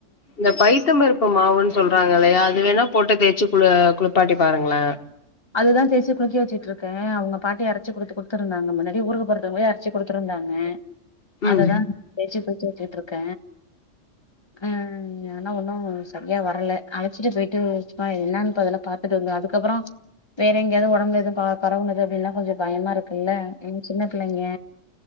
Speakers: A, on the left; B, on the left.
A: இந்த பைத்தம்பருப்பு மாவுன் சொல்றாங்கல்லையா அது வேணா போட்டு தேச்சு குள குளிப்பாட்டி பாருங்கள
B: அதுதா தேச்சி குளிக்க வெச்சியிட்ருக்கே அவுங்க பாட்டி அரச்சிக் குடுத்து குடுத்ருந்தாங்க முன்னாடியே ஊருக்கு போறத்காகவே அரச்சி குடுத்துருந்தாங்க
A: ம்
B: அததா தேச்சி குளிச்ச வெச்சியிட்ருக்க ஆ ஆனா ஒன்னு சரியா வரல அழச்சிட்டு போயிட்டு சுமா என்னான் பொதல்ல பாத்துட்டு வந்தா அதுக்கப்பறொ வேற எங்கேயாவ்து ஒடம்பு எதுவு ப பரவுனது அப்டின்னா கொஞ்சொ பயமாருக் குல்ல இ சின்னப் புள்ளைங்க